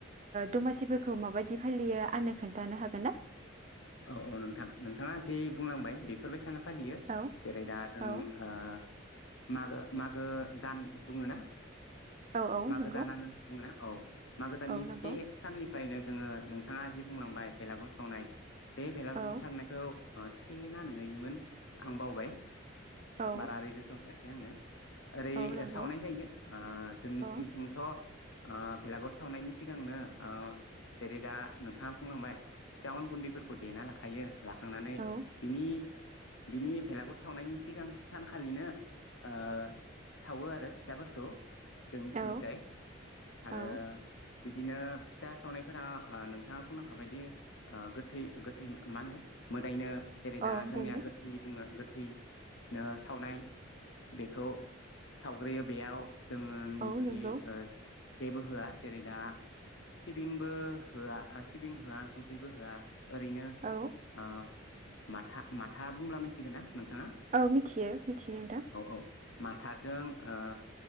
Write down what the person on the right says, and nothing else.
दमासिफोरखौ माबायदि फालियो आंनो खोन्थानो हागोन ना?
औ
औ
औ औ
नंगौ
औ नंगौ
औ
औ
औ नंगौ
औ
औ
औ
औ
ओमफ्रायो
औ नंगौ
औ
औ मिथियो मिथियो नोंथां